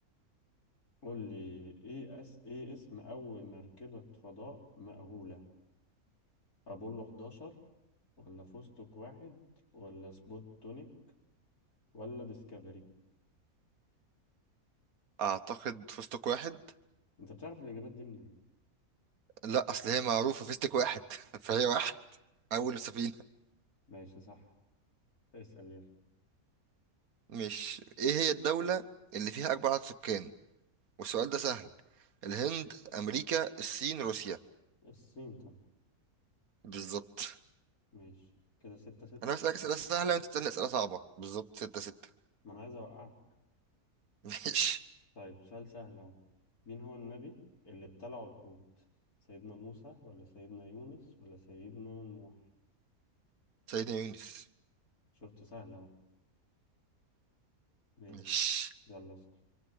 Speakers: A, on the left (about 80°); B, on the right (about 70°).
A: قول لي ايه أس... ايه اسم اول مركبة فضاء مأهولة ابولو 11 ولا فستق واحد ولا سبوتونيك ولا ديسكفري
B: اعتقد فستق واحد
A: انت بتعرف الاجابات دي منين
B: لا اصل هي معروفة فيستك واحد <laughs> فهي واحد اول سفينة
A: ماشي صح اسأل يلا
B: مش ايه هي الدولة اللي فيها اكبر عدد سكان والسؤال ده سهل الهند امريكا الصين روسيا
A: الصين طبعا
B: بالظبط
A: ماشي كده ستة ستة
B: انا بسألك اسئله سهله وانت بتسالني اسئله صعبه بالظبط ستة ستة
A: ما انا عايز اوقعك
B: <laughs> ماشي
A: طيب سؤال سهل اهو مين هو النبي اللي ابتلعه الحوت سيدنا موسى ولا سيدنا يونس ولا سيدنا نوح
B: سيدنا يونس
A: شفت سهل اهو ماشي
B: ماشي
A: يلا اسأل